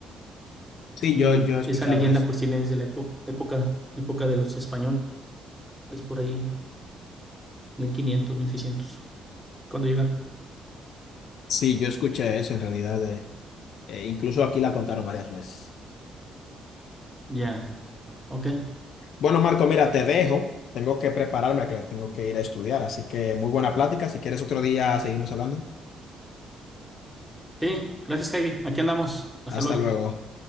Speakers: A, on the left; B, in the centre.
A: Sí,
B: Y
A: yo, yo he escuchado
B: esa leyenda
A: eso.
B: pues tiene desde la época, época, época de los españoles, por ahí, mil quinientos mil seiscientos cuando llegaron.
A: Sí, yo escuché eso en realidad. de- eh, e incluso aquí la contaron varias veces.
B: Ya, ok.
A: Bueno, Marco, mira, te dejo. Tengo que prepararme, que tengo que ir a estudiar. Así que muy buena plática. Si quieres otro día, seguimos hablando.
B: Sí, gracias, Javi. Aquí andamos. Hasta
A: Hasta
B: luego.
A: luego.